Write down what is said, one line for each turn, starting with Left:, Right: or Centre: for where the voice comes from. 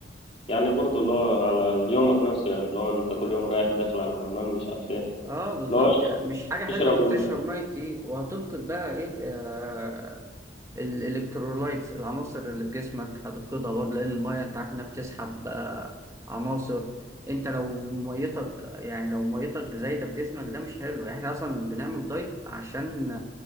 Left: يعني برضو اللي هو على يومك نفسه يعني لو أنت كل يوم رايح داخل على الحمام مش عارف ايه
Right: اه بالظبط
Left: لو
Right: يعني مش حاجه حلوه
Left: تشرب
Right: انك
Left: ال
Right: تشرب ميه كتير وهتفقد بقى ايه آه الالكترولايتس العناصر اللي في جسمك هتفقدها برضه لان الميه انت عارف انها بتسحب آه عناصر انت لو ميتك يعني لو ميتك زايده في جسمك ده مش حلو يعني احنا اصلا بنعمل دايت عشان